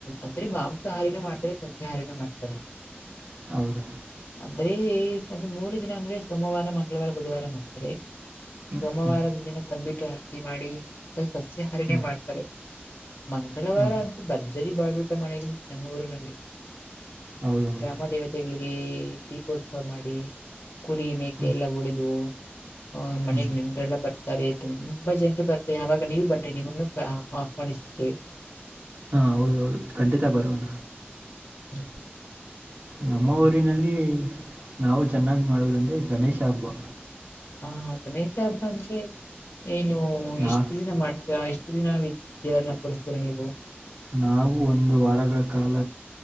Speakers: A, on the left; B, on the right.
A: ಅಂದ್ರೆ ಮಾಂಸಹಾರಿನ ಮಾಡ್ತಾರೆ ಸತ್ಯ ಹಾರಿನ ಮಾಡ್ತಾರೆ
B: ಹೌದಾ
A: ಅದ್ರೆ ಅದು ಮೂರು ದಿನ ಅಂದ್ರೆ ಸೋಮವಾರ ಮಂಗಳವಾರ ಬುಧವಾರ ಮಾಡ್ತರಿ
B: ಹ್ಞೂ
A: ಸೋಮವಾರದ
B: ಹ್ಞೂ
A: ದಿನ ತಂಬಿಟ್ಟು ಆರತಿ ಮಾಡಿ ಸಸ್ಯಹಾರಿನೇ
B: ಹ್ಞೂ
A: ಮಾಡ್ತಾರೆ ಮಂಗಳವಾರ
B: ಹ್ಞೂ
A: ಅಂತ ಭರ್ಜರಿ ಬಾಳ್ಬಟ ಮನೆಯಲ್ಲಿ ನಮ್ಮ ಊರಿನಲ್ಲಿ
B: ಹೌದು ಹೌದು
A: ಗ್ರಾಮ ದೇವತೆಗಳಿಗೆ ದೀಪೋತ್ಸವ ಮಾಡಿ ಕುರಿ ಮೇಕೆ
B: ಹ್ಞೂ
A: ಎಲ್ಲಾ ಹೊಡೆದು ಹ ಮನೆಗ್
B: ಹ್ಞೂ
A: ನೆಟ್ರೆಲ್ಲ ಬರ್ತಾರೆ ತುಂಬಾ ಜನ್ರು ಬರ್ತಾರೆ ಅವವಾಗ ನೀವು ಬನ್ನಿರಿ ನಿಮ್ಮನ್ನು ಹಾಫ್ ಮಾಡಾಣಿ ಸಿತ
B: ಹಾ ಹೌದು ಹೌದು ಖಂಡಿತ ಬರೋಣ
A: ಹ್ಮ
B: ನಮ್ಮ ಊರಿನಲ್ಲಿ ನಾವು ಚೆನ್ನಾಗಿ್ ಮಾಡುವುದಂದ್ರೆ ಗಣೇಶ ಹಬ್ಬ
A: ಹ ಹ ಗನೇಶ ಹಬ್ ಅಂದರಿ ನೀಏನು
B: ನಾ
A: ಇಷ್ಟು ದಿನ ಮಾಡ್ತೀರಾ ಎಸ್ಟು ದಿನ ದೇವರನ್ನು ಕೊರಿಸ್ತೀರ ನೀವು
B: ನಾವು ಒಂದು ವಾರಗಳ ಕಾಲ